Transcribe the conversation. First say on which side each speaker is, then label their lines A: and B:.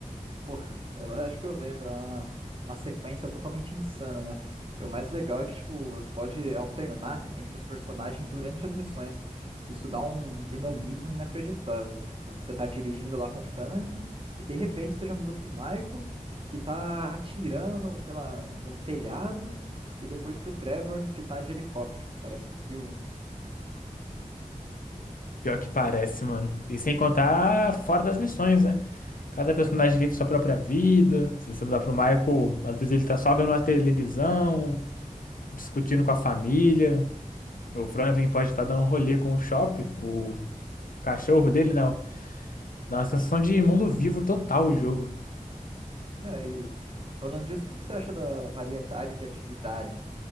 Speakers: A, on the right; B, on the left.
A: Pô, eu acho que eu lembro, é uma, uma sequência totalmente insana, né? E o mais legal é que, tipo, você pode alternar entre os personagens durante as missões. Isso dá um dinamismo inacreditável. Tipo, você tá dirigindo lá com o Franklin e de repente você já muda pro Michael, que tá atirando, sei lá, de um telhado, e depois pro Trevor, que tá de helicóptero. Parece filme.
B: Pior que parece, mano. E sem contar fora das missões, né? Cada personagem vive sua própria vida. Se você mudar pro Michael, às vezes ele tá só vendo a televisão, discutindo com a família. O Franklin pode estar dando um rolê com o Chop, o cachorro dele, né? Dá uma sensação de mundo vivo total o jogo.
A: É, e falando disso, o que que você acha da variedade de atividades?